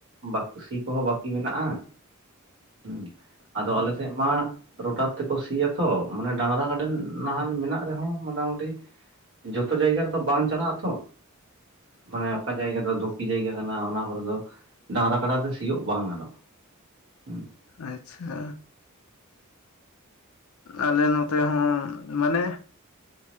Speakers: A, on the right; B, on the left.
A: ᱵᱟᱠᱤ ᱥᱤ ᱠᱚᱦᱚᱸ ᱵᱟᱠᱤ ᱢᱮᱱᱟᱜ-ᱟ᱾ ᱦᱩᱸ ᱟᱫᱚ ᱟᱞᱮ ᱥᱮᱡ ᱢᱟ ᱨᱚᱴᱟᱨ ᱛᱮᱠᱚ ᱥᱤᱭᱟ ᱛᱚ ᱢᱟᱱᱮ ᱰᱟᱝᱨᱟ ᱠᱟᱰᱮᱞ
B: ᱦᱮᱸ
A: ᱱᱟᱦᱮᱞ ᱢᱮᱱᱟᱜ ᱟᱨᱮ ᱦᱚᱸ ᱢᱚᱴᱟᱢᱩᱴᱤ ᱡᱷᱚᱛᱚ ᱡᱟᱭᱜᱟ ᱨᱮᱫᱚ ᱵᱟᱝ ᱪᱟᱞᱟᱜ ᱟᱛᱚ ᱢᱟᱱᱮ ᱚᱠᱟ ᱡᱟᱭᱜᱟ ᱫᱚ ᱫᱷᱩᱠᱤ ᱡᱟᱭᱜᱟ ᱠᱟᱱᱟ ᱚᱱᱟ ᱠᱚᱨᱮ ᱫᱚ ᱰᱟᱝᱨᱟ ᱠᱟᱰᱟᱛᱮ ᱥᱤᱭᱳᱜ ᱵᱟᱝ ᱜᱟᱱᱚᱜ-ᱟ ᱦᱩᱸ
B: ᱟᱪᱪᱷᱟ ᱟᱞᱮ ᱱᱚᱛᱮ ᱦᱚᱸ ᱢᱟᱱᱮ